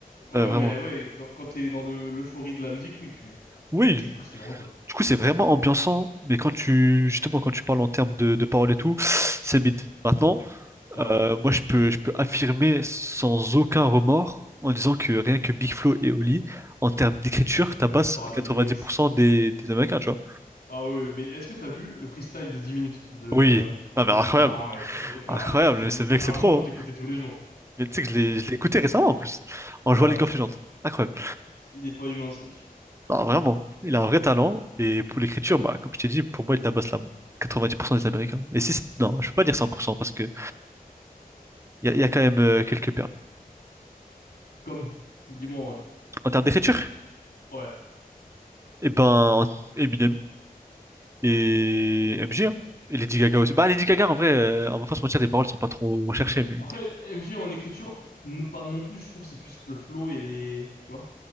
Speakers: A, on the left; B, on the right.
A: ouais,
B: euh,
A: ouais,
B: vraiment.
A: mais ouais, quand, quand t'es dans de l'euphorie de la musique, oui, tu,
B: Oui,
A: c'est cool, c'est vraiment cool.
B: du coup, c'est vraiment ambiançant, mais quand tu, justement, quand tu parles en termes de, de paroles et tout, c'est mid. Maintenant,
A: Ouais.
B: Euh,
A: ouais.
B: moi, je peux, je peux affirmer sans aucun remords en disant que rien que Big Flo et Oli, en termes d'écriture, tabassent
A: Ah, de
B: 90%
A: lyrics.
B: des, des Américains, tu vois.
A: Ah ouais, ouais. mais est-ce que t'as vu le freestyle de 10 minutes de, euh,
B: Oui. Ah, mais
A: de...
B: incroyable.
A: Ah ouais, c'est, <laughs>
B: Incroyable.
A: ah, je- c'est-
B: C'est vrai
A: à
B: que c'est
A: un moment,
B: trop.
A: je
B: hein.
A: l'écoutais tous les jours.
B: Mais tu sais que je l'ai,
A: C'était-
B: je l'ai écouté récemment en plus, en
A: Non,
B: jouant à League
A: c'est-
B: of Legends. Incroyable.
A: il est pas humain, ce mec.
B: Non, vraiment. Il a un vrai talent. Et pour l'écriture, bah, comme je t'ai dit, pour moi, il tabasse la 90% des Américains. Et si, c'est- non, je peux pas dire 100% parce que il y a, il y a quand même euh, quelques perles.
A: Comme, dis-moi, ouais,
B: En termes d'écriture,
A: ouais.
B: eh ben, Eminem. et MG, hein. Et Lady Gaga aussi. Bah, Lady Gaga, en vrai, euh, on va pas se mentir, les paroles sont pas trop recherchées, mais.
A: Après, MJ en écriture, n- pas non plus, je trouve, c'est plus le flow et les, tu vois?